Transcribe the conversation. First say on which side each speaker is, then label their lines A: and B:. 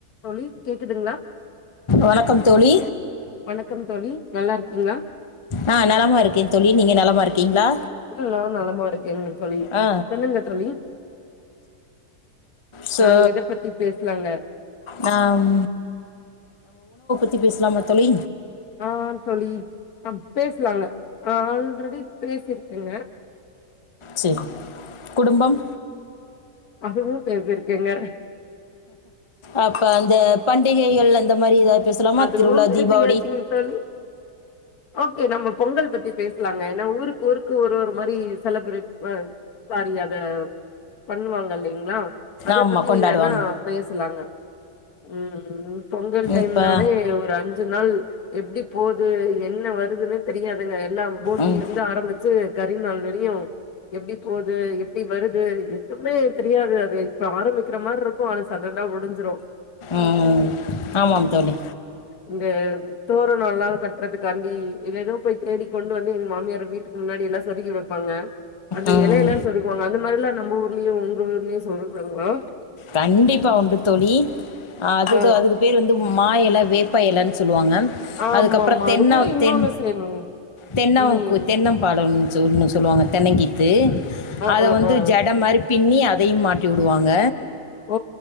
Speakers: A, on the left (about 65°); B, on the left (about 30°).
A: தோழி கேக்குதுங்களா
B: வணக்கம் தோழி
A: வணக்கம் தோழி நல்லா இருக்கீங்களா
B: ஆஹ் நலமா இருக்கேன் தோழி நீங்க நலமா இருக்கீங்களா
A: ஆ நா நலமா இருக்கங்க தோழி
B: ஆ
A: சொல்லுங்க தோழி
B: ஸோ
A: அஹ் எத பத்தி பேசலாங்க
B: நாம் இப்ப பேசலாமா தோழி
A: ஆஹ் தோழி ம் பேசலாங்க ஆல்ரெடி பேசிருக்கேங்க
B: செரி குடும்பம்
A: இதுவு பேசி இருக்கிங்க
B: அப்ப அந்த பண்டிகைகள் அந்த இந்த மாரி ஏதாவது பேசலாமா
A: அதுவு
B: திருவிழா
A: பேசியாச்சுங்க
B: தீபாவளி
A: தோழி ஓக்கே நம்ம பொங்கல் பத்தி பேசலாங்க ஏன்னா ஊருக்கு ஊருக்கு ஒரு ஒரு மாரி செலிப்ரேட் ஆ சாரி அத பண்ணுவாங்க இல்லைங்களா அத
B: ஆமாம்
A: பத்தி
B: கொண்டாடுவாங்க
A: வேணா பேசலாங்க ம் ஆ பொங்கல் டைம்ல
B: இப்போ
A: ஒரு அஞ்சு நாள் எப்பிடி போது என்ன வருதுன்னே தெரியாதுங்க எல்லாம் போகியில
B: ம்
A: இருந்து ஆரம்பிச்சு கரி நாள் வரையு எப்டி போது எப்டி வருது எதுமே தெரியாது அதை இப்ப ஆரம்பிக்கிற மாரி இருக்கு ஆனா சட்டனா முடிஞ்சுரு
B: உம் ஆமாம் தோழி
A: இந்த தோரணல்லா கட்டுறதுக்காண்டி ஏதேதோ போய் தேடிக்கொண்டு வந்து எங்க மாமியார வீட்டுக்கு முன்னாடி எல்லா சொருகி வெப்பாங்க அந்த
B: ம்
A: எலையெல்லா சொருகுவாங்க அந்த மாரி எல்லா நம்ம ஊர்லயு உங்க ஊர்லயு சொருகுராங்களா
B: கண்டிப்பா உண்டு தோழி அதுத
A: ஆ
B: அதுக்கு பேர் வந்து மா எல வேப்பா எலன்னு சொல்லுவாங்க
A: ஆமாமா
B: அதுக்கப்புறோ தென்ன
A: அது கூட இன்னொன்னு
B: தென்
A: செய்யணுங்க
B: தென்னகூ
A: ம்.
B: தென்னம்பால சொன்னு சொல்லுவாங்க தென்னங்கித் தே
A: அ
B: அத
A: அ
B: வந்து
A: அ.
B: ஜட மாரி பின்னி அதையு மாட்டி உடுவாங்க
A: ஓ!